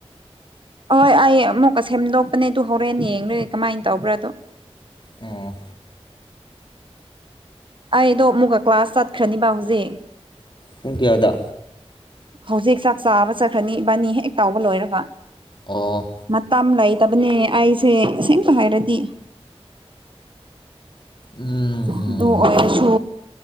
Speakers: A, on the right (about 50°); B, on the left (about 45°).
A: ꯍꯣꯏ ꯑꯩ ꯑꯃꯨꯛꯀ ꯁꯦꯝꯗꯣꯛꯄꯅꯦ ꯑꯗꯨ ꯍꯧꯔꯦꯟ ꯌꯦꯡꯔꯒꯦ ꯀꯃꯥꯏ ꯇꯧꯕ꯭ꯔꯥ ꯑꯗꯣ
B: ꯑꯣ
A: ꯑꯩꯗꯣ ꯑꯃꯨꯛꯀ ꯀ꯭ꯂꯥꯁ ꯆꯠꯈ꯭ꯔꯅꯤꯕ ꯍꯨꯖꯤꯛ
B: ꯄꯨꯡ ꯀꯌꯥꯗ
A: ꯍꯧꯖꯤꯛ ꯆꯥꯛ ꯆꯥꯕ ꯆꯠꯈ꯭ꯔꯅꯤ ꯏꯕꯥꯅꯤ ꯍꯦꯛ ꯇꯧꯕ ꯂꯣꯏꯔꯒ
B: ꯑꯣ
A: ꯃꯇꯝ ꯂꯩꯇꯕꯅꯦ ꯑꯩꯁꯦ ꯑꯁꯦꯡꯕ ꯍꯥꯏꯔꯗꯤ
B: ꯎꯝ ꯎꯝ
A: ꯑꯗꯨ ꯑꯣꯏꯔꯁꯨ